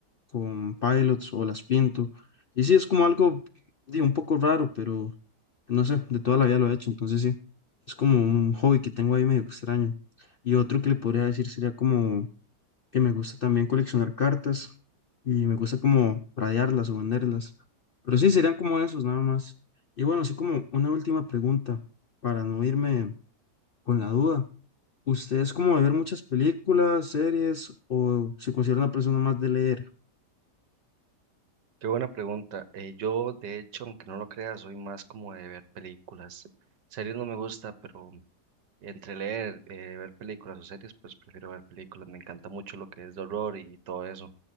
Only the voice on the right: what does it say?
Qué buena pregunta. Eh, yo, de hecho, aunque no lo crea, soy más como de ver películas. Series no me gusta, pero entre leer, eh, ver películas o series, pues prefiero ver películas. Me encanta mucho lo que es de horror y todo eso.